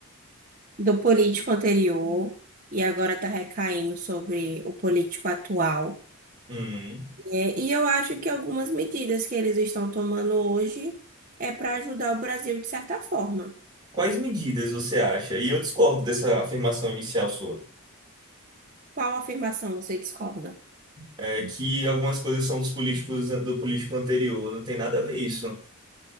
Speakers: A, on the right; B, on the right.
A: do político anterior e agora está recaindo sobre o político atual.
B: Hum.
A: É, e eu acho que algumas medidas que eles estão tomando hoje é para ajudar o Brasil de certa forma.
B: Quais medidas você acha? E eu discordo dessa afirmação inicial sua,
A: Qual afirmação você discorda?
B: é, que algumas coisas são dos políticos do político anterior. Não tem nada a ver isso.